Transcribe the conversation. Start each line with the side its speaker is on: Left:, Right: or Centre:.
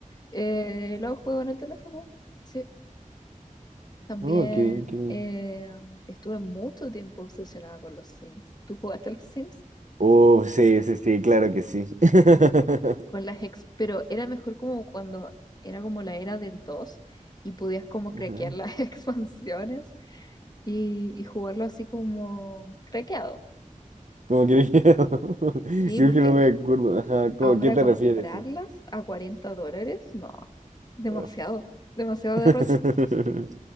Left: Eh, lo juego en el teléfono, sí. También
Right: Ujú. Oh, qué bien, qué bien.
Left: eh, estuve mucho tiempo obsesionada con los Sims. ¿Tú jugaste a los Sims?
Right: Oh, sí, sí, sí, claro que sí. <laughs>
Left: Con las ex, pero era mejor como cuando era como la era del 2 y podías como
Right: Ujú.
Left: craquear las <laughs> expansiones y, y jugarlo así como craqueado.
Right: ¿Cómo crees que? <laughs>
Left: Sí,
Right: Creo
Left: porque
Right: que no me acuerdo. Ajá, ¿cómo-
Left: Ahora
Right: ¿a qué te
Left: comprarlas
Right: refieres?
Left: a 40 dólares, no, demasiado,
Right: Ah.
Left: demasiado
Right: <laughs>
Left: derroche.